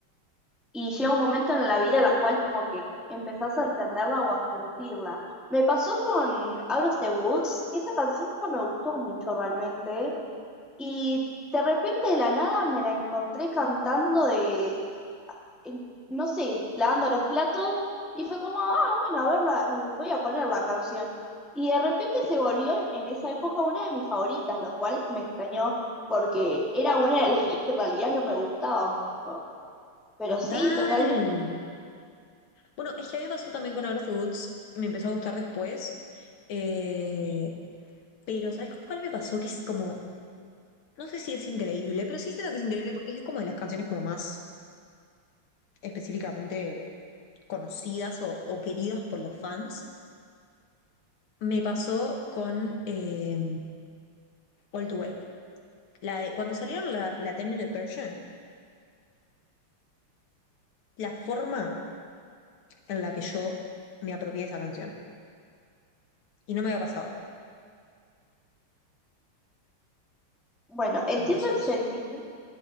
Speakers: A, in the centre; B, on the left.
A: y llega un momento en la vida en la cual como que empezás a entenderla o a sentirla. Me pasó con Out of the Woods, que esa canción nunca me gustó mucho realmente, y de repente de la nada me la encontré cantando de, en- no sé, lavando los platos, y fue como, ah, bueno, a ver, la- voy a poner la canción. Y de repente se volvió en en esa época una de mis favoritas, lo cual me extrañó porque era una de las que en realidad no me gustaba mucho. Pero
B: total.
A: sí, totalmente.
B: Bueno, es que a mí me pasó también con Agra Foods, me empezó a gustar después, eh, pero ¿sabes con cuál me pasó? Que es como, no sé si es increíble, pero sí siento que es increíble porque es como de las canciones como más específicamente conocidas o, o queridas por los fans. Me pasó con eh, All Too Well. La de, cuando salieron la, la 10-minute version, la forma en la que yo me apropié de esa canción. Y no me había pasado,
A: Bueno, entiendo
B: me pasó
A: el
B: eso.
A: sentimiento,